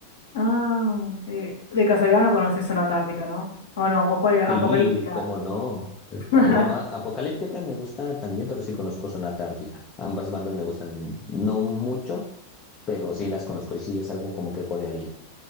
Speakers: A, on the left (about 60°); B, on the left (about 25°).
A: Ah, eh, de casualidad no conoces Sonata Ártica, ¿no? O no, o cuál era,
B: Sí,
A: Apocalíptica.
B: cómo no.
A: <laughs>
B: Bueno, a- Apocalíptica me gusta también, pero sí conozco Sonata Ártica. Ambas bandas me gustan, no mucho, pero sí las conozco y sí es algo como que corearía.